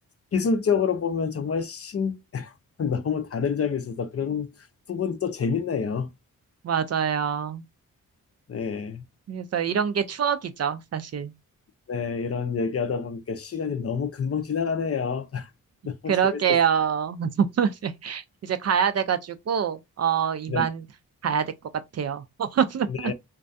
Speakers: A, on the left (about 40°); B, on the right (about 45°).
A: 기술적으로 보면 정말 신 <laughs> 너무 다른 점이 있어서 그런 부분이 또 재밌네요.
B: 맞아요.
A: 네.
B: 그래서 이런 게 추억이죠, 사실.
A: 네, 이런 얘기하다 보니까 시간이 너무 금방 지나가네요. <laughs> 너무
B: 그러게요.
A: 재밌었어요.
B: <laughs> 네. 이제 가야 돼가지고, 어, 이만
A: 네.
B: 가야 될 것 같아요. <laughs>
A: 네.